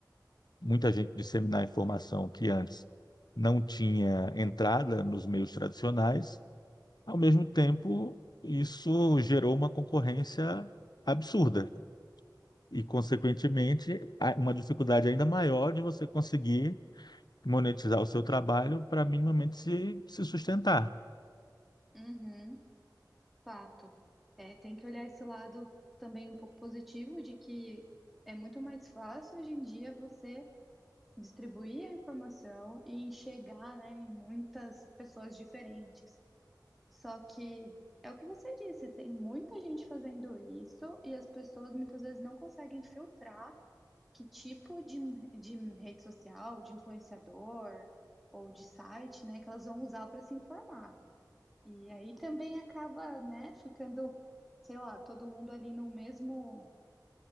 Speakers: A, on the left; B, in the centre.
A: muita gente disseminar informação que antes não tinha entrada nos meios tradicionais, ao mesmo tempo isso gerou uma concorrência absurda e, consequentemente, a- uma dificuldade ainda maior de você conseguir monetizar o seu trabalho para minimamente se, se sustentar.
B: uhum, fato. É, tem que olhar esse lado também um pouco positivo de que é muito mais fácil hoje em dia você distribuir a informação e enxergar, né, em muitas pessoas diferentes. Só que é o que você disse, tem muita gente fazendo isso e as pessoas muitas vezes não conseguem filtrar que tipo de, de rede social, de influenciador ou de site, né, que elas vão usar para se informar. E aí também acaba, né, ficando, sei lá, todo mundo ali no mesmo,